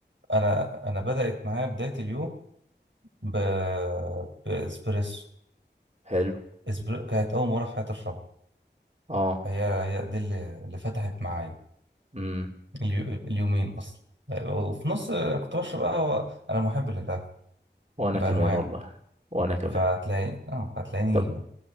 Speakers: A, on the right; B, on the right.
A: انا انا بدات معايا بدايه اليوم ب... باسبريسو
B: حلو
A: إسبر... كانت اول مره في حياتي اشربها
B: اه
A: هي هي دي اللي, اللي فتحت معايا
B: امم
A: اليو... اليومين اصلا وفي نص كنت بشرب قهوه انا محب للقهوه
B: وانا
A: بانواع
B: كمان والله وانا كمان
A: فهتلاقي اه فهتلاقيني
B: طب